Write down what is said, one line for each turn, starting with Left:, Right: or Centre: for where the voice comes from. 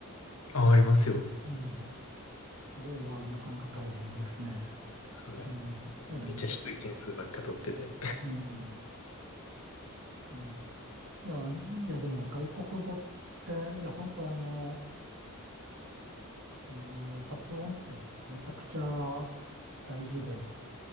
Left: あ、ありますよ。
Right: うん。それはなかなか大変ですね。
Left: はい
Right: えーいや、でも、
Left: めっちゃ低い点数ばっか取ってて。
Right: うん、あのいや、いや、でも外国語って、いや、本当あの、あの、発音ってめちゃくちゃ大事で、